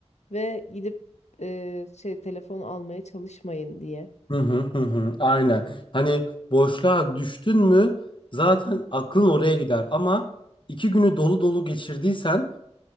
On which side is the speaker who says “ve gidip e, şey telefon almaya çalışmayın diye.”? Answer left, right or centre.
Left